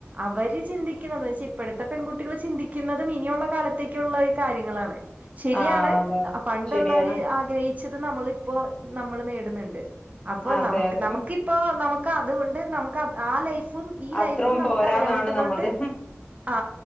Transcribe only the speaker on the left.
ആ അതെ അതെ.
ശരിയാണ്
അതെ
അതെ
അത്രയും
പോരാന്നാണ്
നമ്മളത്